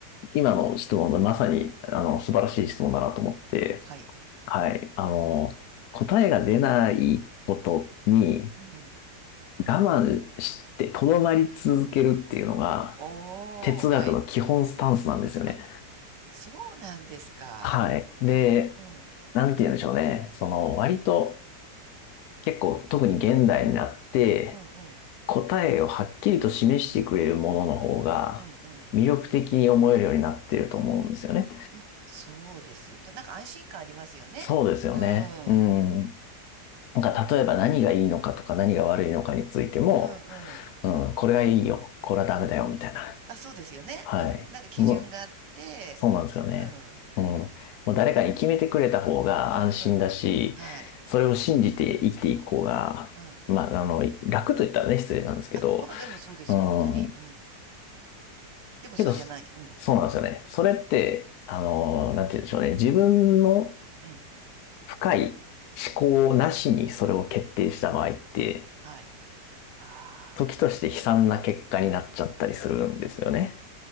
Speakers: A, on the left; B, on the right.
A: 今の質問がまさに、あの、素晴らしい質問だなと思って、
B: はい。
A: はい、あの、答えが出ないことに
B: うん。
A: 我慢して、とどまり続けるっていうのが、
B: おー、
A: 哲学の基本スタンスなんですよね。
B: はい。あ、そうなんですか。
A: はい。
B: ああ、
A: で、
B: うん、
A: なんて言うんでしょうね。その、割と、結構、特に現代になって、
B: うん、うん、
A: 答えをはっきりと示してくれるものの方が魅力的に思えるようになっていると思うんですよね。
B: うん、うん。ま、そうですよ。となんか安心感ありますよね。
A: そうですよね。
B: うん、
A: うん。
B: うん、
A: なんか例えば何がいいのかとか何が悪いのかについても、
B: うん。
A: うん、これがいいよ、これはダメだよ、みたいな。
B: あ、そうですよね。
A: はい。
B: うん。なんか基準があって、
A: もう、そうなんですよね。
B: うん、
A: うん。もう誰かに決めてくれた方が安心だし、
B: うん、うん。はい。
A: それを信じて生きていく方が、
B: うん。
A: まあ、あの、楽と言ったらね、失礼なんですけど、
B: あ、まあでもそうですよ、
A: うん、
B: 本当に。うん。でもそうじゃない。
A: けど、そそうなんですよね。
B: うん、
A: それって、あのー、なんて言うんでしょうね。自分の
B: うん。
A: 深い思考なしにそれを決定した場合って、
B: はい。ああ。
A: 時として悲惨な結果になっちゃったりするんですよね。